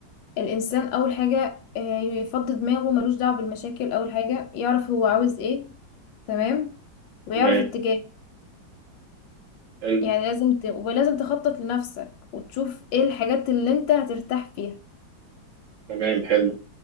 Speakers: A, on the left (about 75°); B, on the right (about 85°).
A: الإنسان أول حاجة آه، يفضي دماغه ملوش دعوة بالمشاكل أول حاجة يعرف هو عاوز ايه تمام ويعرف
B: تمام
A: اتجاهه
B: حلو
A: يعني لازم ت... ولازم تخطط لنفسك وتشوف ايه الحاجات اللي انت هترتاح فيها
B: تمام حلو